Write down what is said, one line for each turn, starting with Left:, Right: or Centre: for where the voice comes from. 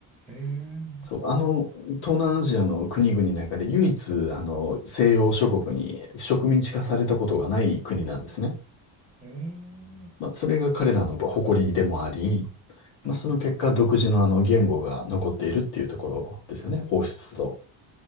Centre: へえ、
Left: そう、あの、東南アジアの国々の中で唯一、あの、西洋諸国に植民地化されたことがない国なんですね。
Centre: へえ、
Left: まあ、それが彼らの誇りでもあり、まあ、
Centre: うんうん、
Left: その結果、独自のあの言語が残っているっていうところですよね。王室と。